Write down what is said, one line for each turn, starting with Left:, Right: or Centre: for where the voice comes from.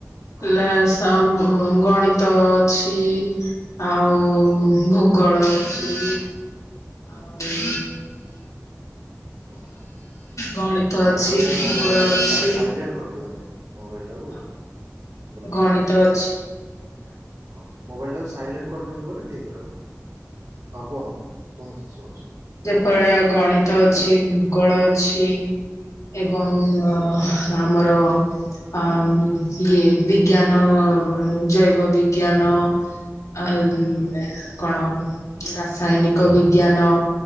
Right: ହଁ ହଁ
Left: ଲେ ସ- ଉଁ, ଗଣିତ ତ ଅଛି, ଆଉ ଭୂଗୋଳ ଅଛି।
Right: ହୁଁ
Left: ଆଉ
Right: ଓ ହଁ,
Left: ଗଣିତ ଅଛି
Right: ମୋବାଇଲ୍ ଟା
Left: ଭୂଗୋଳ
Right: କଣ କରନ୍ତୁ
Left: ଅଛି
Right: ସାଇ ସାଇଲେଣ୍ଟ କରିଦିଅନ୍ତୁ। ମୋବାଇଲ୍ ତାକୁ
Left: ହଁ
Right: ବୋଲେ
Left: ଗଣିତ
Right: ଠିକ ରହିବ
Left: ଅଛି
Right: ହଁ। ମୋବାଇଲ୍ ଟା କୁ ସାଇଲେଣ୍ଟ କରିଦିଅନ୍ତୁ ବୋଲି ଠିକ ରହିବ। ହଁ କୁହନ୍ତୁ ଶୁଣୁଛି ଶୁଣୁଛି।
Left: ଯେଫଳେ ଗଣିତ ଅଛି ଭୂଗୋଳ ଅଛି
Right: ହଁ
Left: ଏବଂ ଅ, ଆମର ଆ, ଉଁ, ଇଏ ବିଜ୍ଞାନ, ଜୈବ ବିଜ୍ଞାନ। ଆଉ
Right: ହଁ ହୁଁ ହୁଁ
Left: ନେ-କଣ ଇଏ ରାସାୟନିକ ବିଜ୍ଞାନ।